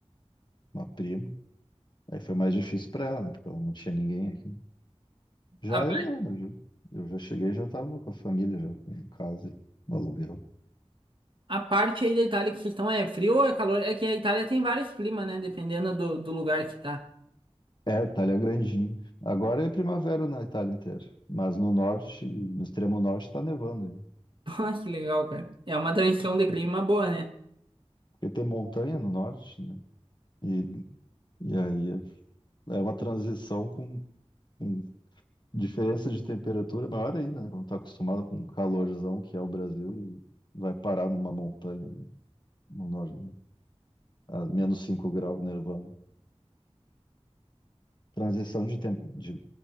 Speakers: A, on the left; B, on the right.
A: uma prima. Aí foi mais difícil para ela, né? Porque ela não tinha ninguém aqui. Já
B: A, pa-
A: eu não, né? Eu eu já cheguei, e já estava com a família, já em casa, e no aluguel.
B: a parte aí da Itália que vocês estão é frio ou é calor? É que a Itália tem vários climas, né? Dependendo do, do lugar que tá.
A: É, Itália é grandinho. Agora é primavera na Itália inteira, mas no norte, no extremo norte, está nevando ainda.
B: <laughs> Pô, que legal, cara. É uma transição
A: Porque
B: de clima boa, né?
A: porque tem montanha no norte, né? E, e aí é é uma transição com, com diferença de temperatura maior ainda, né? Quando está acostumado com o calorzão que é o Brasil e vai parar numa montanha no norte, a menos 5 graus, nevando. Transição de, tem- de,